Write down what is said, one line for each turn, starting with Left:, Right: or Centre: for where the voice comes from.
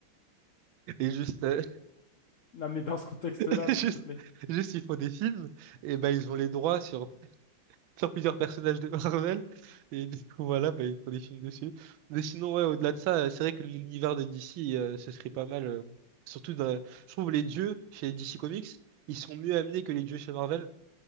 Right: Et juste, euh,
Left: Non, mais dans ce contexte-là,
Right: <laughs> Juste,
Left: s'il te plaît.
Right: juste, ils font des films, et ben ils ont les droits sur, sur plusieurs personnages de Marvel, et du coup, voilà, ben, ils font des films dessus. Mais sinon, ouais, au-delà de ça, euh, c'est vrai que l'univers de DC, euh, ce serait pas mal. euh, surtout, dans- je trouve les dieux chez DC Comics, ils sont mieux amenés que les dieux chez Marvel.